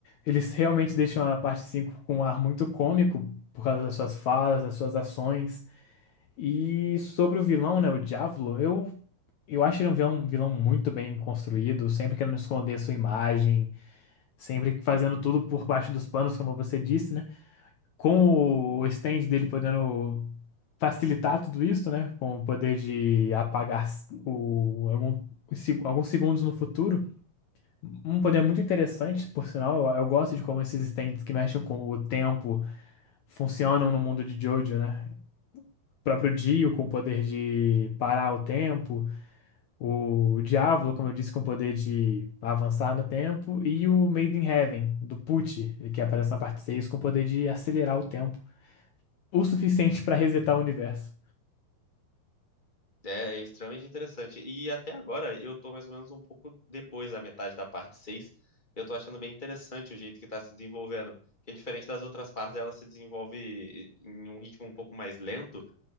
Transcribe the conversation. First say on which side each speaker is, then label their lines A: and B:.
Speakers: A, on the left (about 70°); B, on the left (about 15°).
A: eles realmente deixam a parte 5 com um ar muito cômico por causa das suas falas, das suas ações. E sobre o vilão, né, o Diavolo, eu, eu acho ele um vilão, um vilão muito bem construído, sempre querendo esconder a sua imagem, sempre fazendo tudo por baixo dos panos, como você disse, né? com o stand dele podendo facilitar tudo isso, né? Com o poder de apagar s- o, algum, os seg- alguns segundos no futuro. Um poder muito interessante, por sinal. Eu, eu gosto de como esses stands que mexem com o tempo funcionam no mundo de Jojo, né? O próprio Dio com o poder de parar o tempo, o Diablo, como eu disse, com o poder de avançar no tempo, e o Made in Heaven, do Pucci, que aparece na parte 6 com o poder de acelerar o tempo o suficiente pra resetar o universo.
B: É extremamente interessante. E até agora eu tô mais ou menos um pouco depois da metade da parte 6. Eu tô achando bem interessante o jeito que tá se desenvolvendo. Que é diferente das outras partes, ela se desenvolve em um ritmo um pouco mais lento.